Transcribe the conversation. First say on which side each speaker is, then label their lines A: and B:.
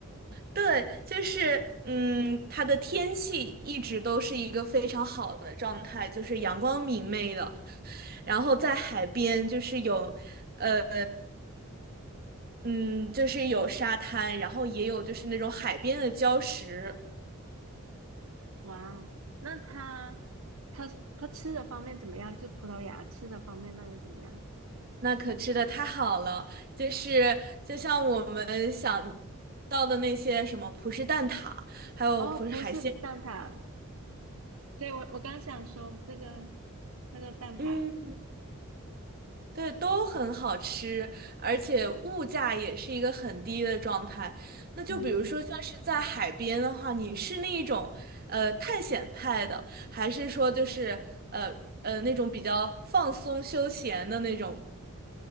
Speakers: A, on the right; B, on the right.
A: 对，就是嗯，它的天气一直都是一个非常好的状态，就是阳光明媚的。然后在海边，就是有，呃，嗯，就是有沙滩，然后也有就是那种海边的礁石，
B: 哇哦，那他他他吃的方面怎么样？就是葡萄牙吃的方面那里怎么样？
A: 那可吃的太好了。就是就像我们想到的那些什么葡式蛋挞，还有葡式海鲜，
B: 哦，葡式蛋挞，对，我我刚想说这个那个蛋挞，
A: 嗯。对，都很好吃，而且物价也是一个很低的状态。那就比如说，
B: 嗯
A: 像是在海边的话，你是那一种呃探险派的，还是说就是呃呃那种比较放松休闲的那种